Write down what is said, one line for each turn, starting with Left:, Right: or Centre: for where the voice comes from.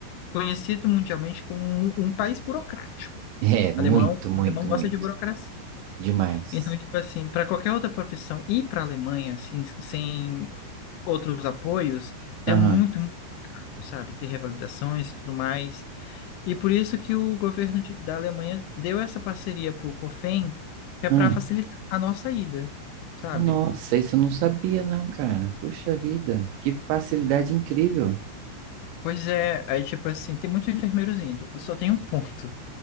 Left: conhecido mundialmente como um, um país burocrático.
Right: É, muito,
Left: Alemão,
Right: muito,
Left: o alemão gosta
Right: muito.
Left: de burocracia.
Right: Demais.
Left: Então, tipo assim, para qualquer outra profissão ir para a Alemanha assim, sem outros apoios, é
Right: Aham.
Left: muito, sabe? Ter revalidações e tudo mais. E por isso que o governo de- da Alemanha deu essa parceria para o COFEN, que é
Right: Hum.
Left: para facilitar a nossa ida, sabe?
Right: Nossa, isso eu não sabia, não, cara. Puxa vida, que facilidade incrível.
Left: Pois é, aí tipo assim, tem muitos enfermeiros indo. Só tem um ponto.